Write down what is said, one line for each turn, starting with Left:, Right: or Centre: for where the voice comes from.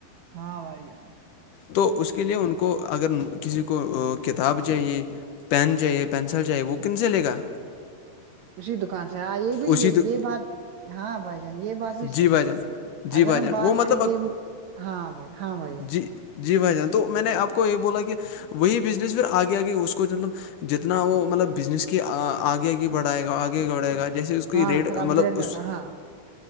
Right: ہاں بھائی جان
Left: تو اس کے لیے ان کو اگر کسی کو کتاب چاہیے پین چاہیے پینسل چاہیے وہ کن سے لے گا
Right: اسی دکان سے ہاں یہ بھی
Left: اسی
Right: یہ
Left: دو-
Right: یہ بات ہاں بھائی جان یہ بات بھی
Left: جی
Right: صحیح
Left: بھائی
Right: ہے
Left: جان جی
Right: اگر
Left: بھائی
Right: ہم
Left: جان
Right: بات
Left: وہ
Right: کریں
Left: مطلب
Right: گے ہاں بھائی ہاں بھیا
Left: جی جی بھائی جان تو میں نے آپ کو یہ بولا کہ وہی بزنس پھر آگے آگے اس کو مطلب جتنا وہ مطلب بزنس کی آگے آگے بڑھائے گا آگے بڑھے گا جیسے اس کی
Right: ہاں
Left: ریٹ
Right: پھر
Left: مطلب
Right: اپ گریڈ کرتا
Left: اس
Right: ہاں